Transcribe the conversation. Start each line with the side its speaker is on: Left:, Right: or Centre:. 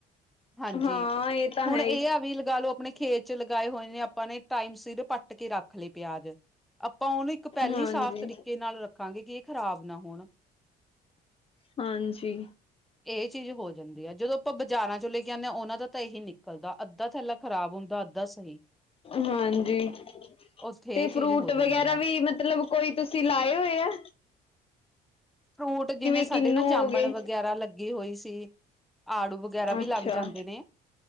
Centre: ਹਾਂਜੀ,
Left: ਹਾਂ ਇਹ ਤਾਂ
Centre: ਹੁਣ
Left: ਹੈ
Centre: ਏ
Left: ਹੀ
Centre: ਆ ਵੀ ਲਗਾ ਲੋ ਅਪਣੇ ਖੇਤ ਚ ਲਗਾਏ ਹੋਏ ਨੇ ਆਪਾਂ ਨੇ, ਟਾਈਮ ਸਿਰ ਪੱਟ ਕੇ ਰੱਖ ਲਏ ਪਿਆਜ। ਆਪਾਂ, ਓਹਨੂੰ ਇੱਕ ਪਹਿਲੇ
Left: ਹਾਂਜੀ
Centre: ਈ, ਸਾਫ਼ ਤਰੀਕੇ ਨਾਲ ਰੱਖਾਂਗੇ ਕਿ, ਏਹ ਖ਼ਰਾਬ ਨਾ ਹੋਣ
Left: ਹਾਂਜੀ।
Centre: ਏਹ ਚੀਜ਼ ਹੋ ਜਾਂਦੀ ਆ, ਜਦੋਂ ਆਪਾਂ ਬਾਜ਼ਾਰਾਂ ਚੋਂ ਲੈ ਕੇ ਆਦੇ ਹਾਂ, ਓਹਨਾਂ ਦਾ ਤਾਂ ਏਹੀ ਨਿਕਲਦਾ ਅੱਧਾ ਥੈਲਾ, ਖਰਾਬ ਹੁੰਦਾ ਅੱਧਾ ਸਹੀ।
Left: ਹਾਂਜੀ,
Centre: ਉੱਥੇ
Left: ਤੇ
Centre: ਇਹ
Left: ਫਰੂਟ
Centre: ਚੀਜ਼ ਹੋ ਜਾਂਦੀ
Left: ਵਗੈਰਾ
Centre: ਆ
Left: ਵੀ ਮਤਲਬ ਕੋਈ ਤੁਸੀ, ਲਾਏ ਹੋਏ ਆ?
Centre: ਫਰੂਟ ਜਿਵੇਂ, ਸਾਡੇ
Left: ਕਿੰਨੂੰ
Centre: ਨਾ ਜਾਮਣ
Left: ਹੋ ਗਏ
Centre: ਵਗੈਰਾ, ਲੱਗੇ ਹੋਏ ਸੀ। ਆੜੂ ਵਗੈਰਾ ਵੀ,
Left: ਅੱਛਾ
Centre: ਲੱਗ ਜਾਂਦੇ ਨੇ,